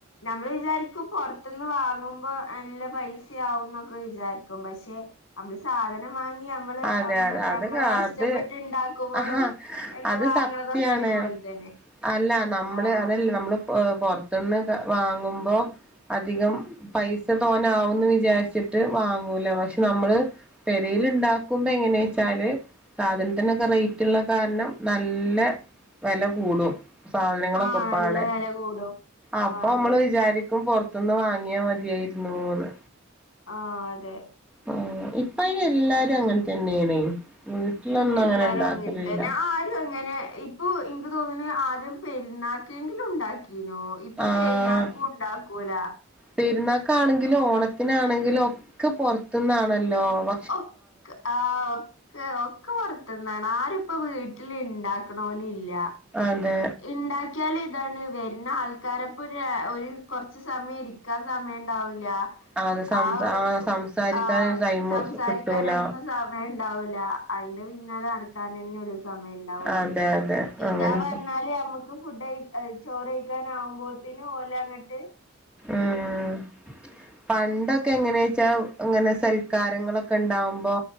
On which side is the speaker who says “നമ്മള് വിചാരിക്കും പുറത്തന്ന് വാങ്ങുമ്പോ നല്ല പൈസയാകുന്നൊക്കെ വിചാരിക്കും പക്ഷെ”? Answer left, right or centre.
Left